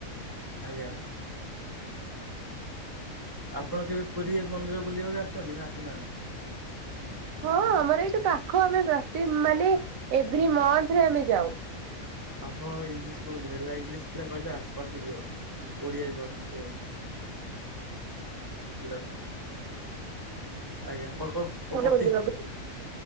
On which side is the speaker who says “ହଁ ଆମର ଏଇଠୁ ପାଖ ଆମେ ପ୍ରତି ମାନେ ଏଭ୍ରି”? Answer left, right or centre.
Right